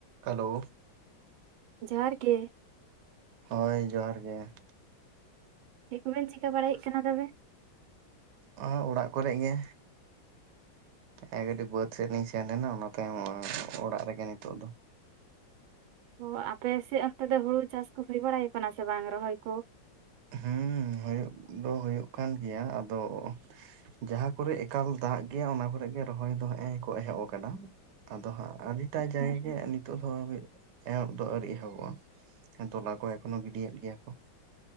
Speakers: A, on the right; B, on the right.
A: Hello
B: ᱡᱚᱦᱟᱨ ᱜᱮ
A: ᱦᱳᱭ ᱡᱚᱦᱟᱨ ᱜᱮ
B: ᱪᱮᱫ ᱠᱚᱵᱮᱱ ᱪᱤᱠᱟ. ᱵᱟᱲᱟᱭᱮᱫ ᱠᱟᱱᱟ ᱛᱚᱵᱮ
A: ᱚᱦ ᱚᱲᱟᱜ ᱠᱚᱨᱮ ᱜᱮ ᱦᱮᱸ ᱠᱟᱹᱴᱤᱡ ᱵᱟᱹᱫ ᱥᱮᱫ ᱞᱤᱧ ᱥᱮᱱ ᱞᱮᱱᱟ ᱚᱱᱟ ᱛᱟᱭᱚᱢ ᱚᱲᱟᱜ ᱨᱮᱜᱮ ᱱᱤᱛᱚᱜ ᱫᱚ
B: ᱚ ᱟᱯᱮᱥᱮᱫ ᱚᱱᱛᱮ ᱫᱚ ᱦᱩᱲᱩ ᱪᱟᱥ ᱠᱚ ᱦᱩᱭ ᱵᱟᱲᱟᱭ ᱠᱟᱱᱟ ᱥᱮ ᱵᱟᱝ ᱨᱚᱦᱚᱭ ᱠᱚ
A: ᱦᱩᱸ ᱦᱩᱭᱩᱜ ᱫᱚ ᱦᱩᱭᱩᱜ ᱠᱟᱱ ᱜᱮᱭᱟ ᱟᱫᱚ ᱡᱟᱦᱟᱸ ᱠᱚᱨᱮᱜ ᱮᱠᱟᱞ ᱫᱟᱜ ᱜᱮᱭᱟ ᱚᱱᱟ ᱠᱚᱨᱮ ᱜᱮ ᱨᱚᱦᱚᱭ ᱫᱚ ᱦᱮᱜᱸᱮ ᱠᱚ ᱮᱦᱚᱵ ᱟᱠᱟᱫᱟ ᱟᱫᱚ ᱦᱟᱸᱜ ᱟᱹᱰᱤᱴᱟᱜ ᱡᱟᱭᱜᱮ
B: ᱦᱮᱸ,
A: ᱱᱤᱛ ᱱᱤᱛᱚᱜ ᱦᱟᱵᱤᱡ ᱮᱦᱚᱵ ᱫᱚ ᱟᱹᱣᱨᱤ ᱮᱦᱚᱵᱚᱜᱼᱟ ᱛᱚᱞᱟ ᱠᱚ ᱮᱠᱷᱚᱱᱚ ᱜᱤᱰᱤᱭᱮᱫ ᱜᱮᱭᱟ ᱠᱚ